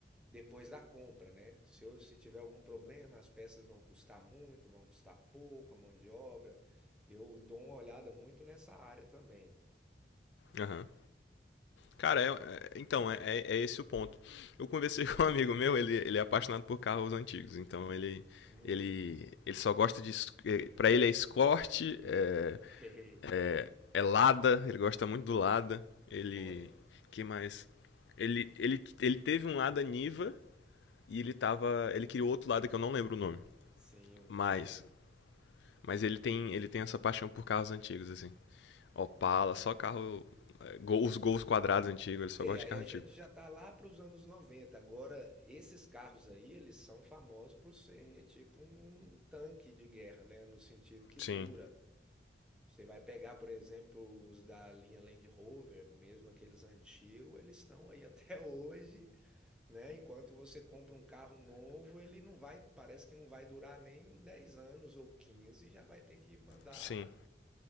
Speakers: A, in the centre; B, on the left.
A: depois da compra, né? Se eu, se tiver algum problema, as peças vão custar muito, vão custar pouco, a mão de obra. Eu dou uma olhada muito nessa área também.
B: Aham. Cara, é, é- então, é, é é esse o ponto. Eu conversei <laughs> com um amigo meu, ele, ele é apaixonado por carros antigos, então ele,
A: Uhum.
B: ele, ele só gosta de. es- eh, Pra ele é Escort, é,
A: <laughs> Eita,
B: é, é Lada, ele gosta muito do Lada. Ele.
A: olha,
B: que mais? Ele, ele, ele teve um Lada Niva e ele tava. Ele queria outro Lada que eu não lembro o nome.
A: sim, o Niva,
B: Mas.
A: né?
B: Mas ele tem, ele tem essa paixão por carros antigos, assim. Opala, só carro. é, os gols quadrados antigos, ele só
A: É,
B: gosta
A: aí
B: de carro
A: a
B: antigo.
A: gente já tá lá para os anos 90. Agora, esses carros aí, eles são famosos por ser tipo um um tanque de guerra, né? No sentido que
B: Sim,
A: dura. Você vai pegar, por exemplo, os da linha Land Rover, mesmo aqueles antigos, eles estão aí <laughs> até hoje, né? Enquanto você compra um carro novo, ele não vai, parece que não vai durar nem em 10 anos ou 15, já vai ter que mandar
B: sim.